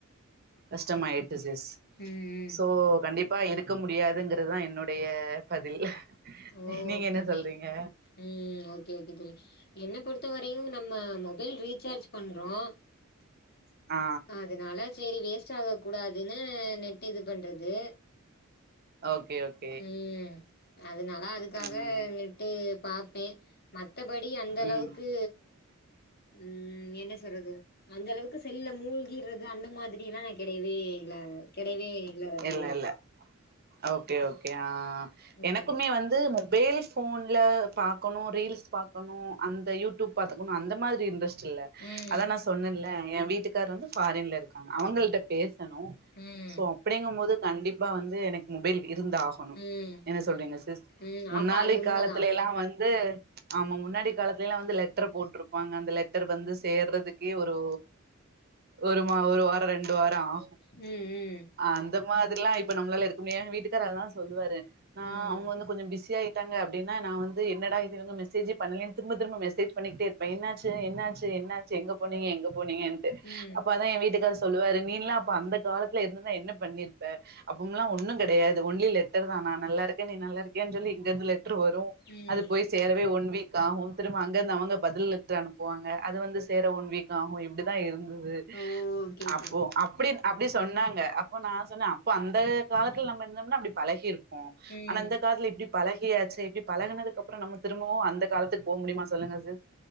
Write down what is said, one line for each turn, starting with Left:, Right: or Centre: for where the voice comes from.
Right: கஷ்டமாயிட்டு சிஸ்
Left: ம் ம்
Right: சோ கண்டிப்பா இருக்க முடியாதுங்கறது‌ தா என்னுடைய பதில்
Left: ஒ
Right: நீங்க
Left: ஓகே
Right: என்ன சொல்றீங்க
Left: கே ம் ஓகே ஓகே தோழி என்ன பொறுத்த வரையும் நம்ம மொபைல் ரீசார்ஜ் பண்றோம்
Right: அ
Left: அதனால சரி வேஸ்ட் ஆக கூடாதுன்னு நெட் இது பண்றது
Right: ஓகே ஒகே
Left: ம் அதனால அதுக்காக
Right: ம்
Left: நெட்டு பாப்பேன் மத்தபடி அந்த அளவுக்கு
Right: ம்
Left: ம் என்ன சொல்றது அந்த அளவுக்கு செல்ல மூழ்கிறது அந்த மாதிரி எல்லா கெடையவே இல்ல கெடையவே
Right: இல்ல
Left: தோழி
Right: இல்ல ஓகே ஓகே அ
Left: ம்
Right: எனக்குமே வந்து வேல் போன்ல பாக்கணும் ரீல்ஸ் பாக்கணும் அந்த யூடியூப் பாத்துக்கணும் அந்த மாதிரி இன்டரஸ்ட் இல்ல
Left: ம்
Right: அதான் நா சொன்னேன்ல என் வீட்டுக்காரு வந்து ஃபாரின்ல இருக்காங்க அவங்கள்ட பேசணு
Left: ம்
Right: சோ அப்டிங்க போது கண்டிப்பா வந்து எனக்கு மொபைல் இருந்தாகு ப
Left: ம்
Right: என்ன சொல்றீங்க சிஸ்
Left: ம்
Right: முன்னாளி
Left: ஆமா அது உண்மதா
Right: காலத்துலல்லா வந்து ஆமா முன்னாடி காலத்துலலா வந்து லெட்டர் போட்டிருப்பாங்க அந்த லெட்டர் வந்து சேர்றதுக்கே ஒரு ஒருமா ஒரு வாரம் ரெண்டு வாரம்
Left: ம் ம்
Right: அந்த மாதிரிலா இப்ப நம்மளால இருக்க முடியு எங்க வீட்டுக்கார் அததா சொல்லுவாரு நா
Left: ம்
Right: அவங்க வந்து கொஞ்சம் பிஸியா <unintelligible> அப்டின்னா நா வந்து என்னடா இது மெசேஜ்ஜே பண்ணலியே திரும்ப திரும்ப மெசேஜ் பண்ணிகிட்டே இருப்பே என்னாச்சு என்னாச்சு என்ன எங்க போனீங்க எங்க போனீங்கட்டு
Left: ம்
Right: அப்ப அதா என் வீட்டுக்கார சொல்லுவாரு நீளா அப்ப அந்த காலத்து ல இருந்துதா என்ன பண்ணிர்ப்ப அப்பம்ல்லாம் ஒன்னும் கடையாது ஒன்லி லெட்டர் தா நா நல்லாருகேன் நீ நல்லாருக்கயானு சொல்லி இங்கந்து லெட்டர் வரும்
Left: ம்
Right: அது போய் சேரவே ஒன் வீக் ஆகும் திரும்ப அங்க அவங்க பதில் எழுத்து அனுப்புவாங்க அது வந்து சேர ஒன் வீக் இப்டிதா இருந்தது
Left: ஓ ஓகே ஓகே
Right: அப்போ அப்டி அப்டி சொன்னாங்க அப்போ நா சொன்ன அப்போ அந்த காலத்துல நம்ம இருந்தோம்னா அப்டி பழகிருப்போ
Left: ம்
Right: ஆனா இந்த காலத்துல இப்டி பழகியாச்சு இப்டி பழகனதுக்கப்புறம் திரும்பவும் அந்த காலத்துக்கு போக முடியுமா சொல்லுங்க சிஸ்